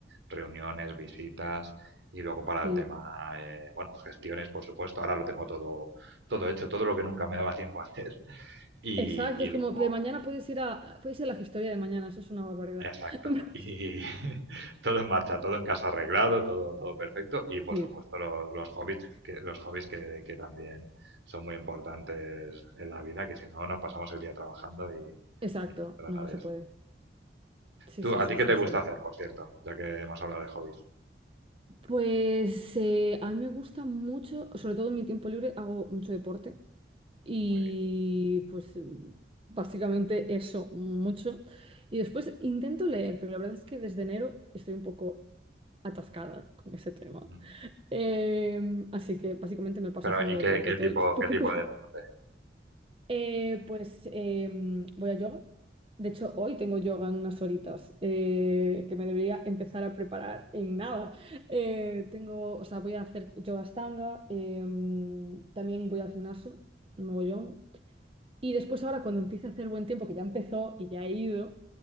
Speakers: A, on the right; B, on the right.
A: reuniones, visitas. Y luego para
B: Sí,
A: el tema, eh, bueno, gestiones, por supuesto. Ahora lo tengo todo, todo hecho, todo lo que nunca me daba tiempo a hacer. <laughs> Y,
B: exacto.
A: y
B: Es
A: luego,
B: como de mañana puedes ir a, puedes ir a la gestoría de mañana, eso es una barbaridad.
A: exacto.
B: <laughs>
A: Y <laughs> todo en marcha, todo en casa arreglado, todo, todo perfecto. Y por
B: Sí,
A: supuesto, lo- los hobbies, que, los hobbies que, que también son muy importantes en la vida, que si no, nos pasamos el día trabajando y,
B: exacto.
A: y no se trata
B: No, no
A: de
B: se
A: eso.
B: puede. Sí,
A: ¿Tú,
B: sí,
A: a
B: sí,
A: ti qué
B: sí,
A: te
B: sí.
A: gusta hacer, por cierto? Ya que hemos hablado de hobbies.
B: Pues eh, a mí me gusta mucho, sobre todo en mi tiempo libre, hago mucho deporte y
A: Muy bien.
B: pues básicamente eso, mucho. Y después intento leer, pero la verdad es que desde enero estoy un poco atascada con ese tema.
A: Ujú.
B: Eh, así que básicamente me paso
A: Pero,
B: haciendo
A: ¿y
B: deporte
A: qué, qué
B: todo
A: tipo,
B: el tiempo
A: qué
B: que
A: tipo de deporte?
B: eh, pues em, voy a yoga. De hecho, hoy tengo yoga en unas horitas eh, que me debería empezar a preparar en nada. Eh, tengo, o sea, voy a hacer yoga stanga, em, también voy al gimnasio, un mogollón. Y después ahora cuando empiece a hacer buen tiempo, que ya empezó y ya he ido,